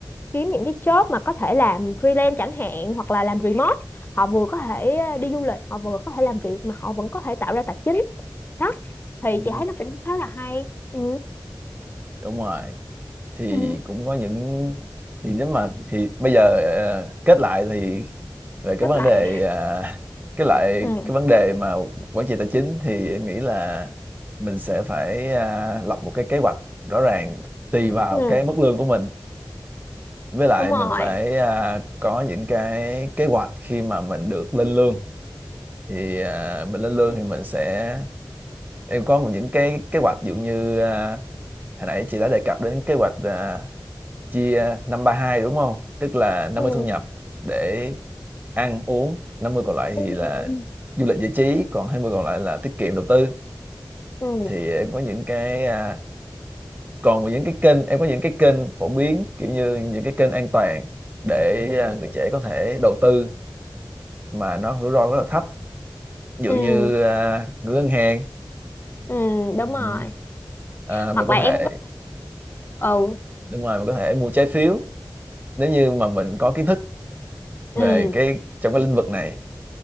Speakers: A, on the left; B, on the right.
A: kiếm những cái job mà có thể làm freelance chẳng hạn hoặc là làm remote họ vừa có thể ờ, đi du lịch họ vừa có thể làm việc mà họ vẫn có thể tạo ra tài chính đó thì
B: ừ,
A: chị thấy nó cũng khá là hay ừ
B: đúng rồi thì
A: ừ,
B: cũng có những thì nếu mà thì bây giờ ờ, kết lại thì về cái
A: chốt
B: vấn
A: lại
B: đề à, <laughs> cái lại
A: ừ
B: cái vấn đề mà quản trị tài chính thì em nghĩ là mình sẽ phải à, lập một cái kế hoạch rõ ràng tùy vào
A: ừ,
B: cái mức lương của mình với lại
A: đúng rồi
B: mình phải à, có những cái kế hoạch khi mà mình được lên lương thì à, mình lên lương
A: ừ,
B: thì mình sẽ em có một những cái kế hoạch ví dụ như à, hồi nãy chị đã đề cập đến kế hoạch à, chia 532 đúng không? Tức là năm
A: ừ,
B: mươi thu nhập để ăn uống, 50 còn lại thì
A: ừ,
B: là du lịch giải trí, còn 20 còn lại là tiết kiệm đầu tư.
A: ừ,
B: Thì em có những cái à, còn những cái kênh em có những cái kênh phổ biến kiểu như những cái kênh an toàn để à, người trẻ có thể đầu tư mà nó rủi ro rất là thấp. Ví dụ
A: ừ,
B: như à, gửi ngân hàng
A: ừ, đúng
B: ừm,
A: rồi
B: à, mình
A: hoặc
B: có
A: là
B: thể
A: em có ừ,
B: đúng rồi mình có thể mua trái phiếu nếu như mà mình có kiến thức về
A: ừ.
B: cái trong cái lĩnh vực này.